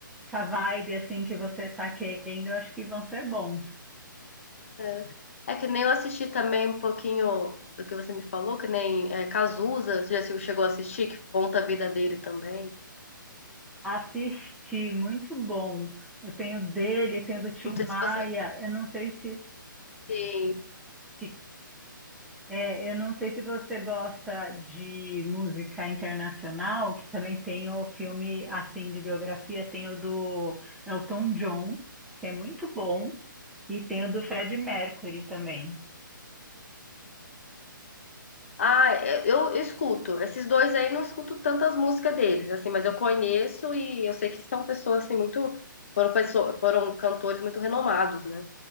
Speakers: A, in the centre; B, on the left (about 35°).
A: essa vibe assim que você tá querendo, eu acho que vão ser bons.
B: É, É que nem eu assisti também um pouquinho do que você me falou, que nem é, Cazuza, você já chegou a assistir, que conta a vida dele também.
A: Assisti, muito bom. Eu tenho dele, tenho do Tim
B: Não sei
A: Maia.
B: se você
A: Eu não sei se,
B: Sim.
A: que- é, eu não sei se você gosta de música internacional, que também tem o filme assim de biografia, tem o do Elton John, que é muito bom, e tem o do Fred Mercury também.
B: Ah, é, eu escuto. Esses dois aí não escuto tantas músicas deles, assim, mas eu conheço e eu sei que são pessoas assim muito foram pessoas, foram cantores muito renomados, né?